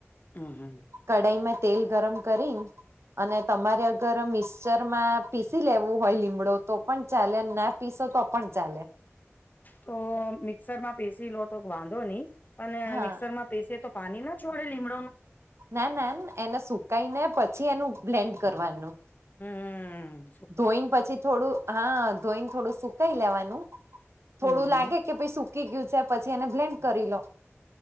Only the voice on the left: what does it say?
હમ હમ
તો મિક્સર માં પેસી લો ગ વાંધો નહી અને
મિક્સર માં પેસે તો પાણી ના છોડે લીમડો ન
હમ હમ
હમ
હમ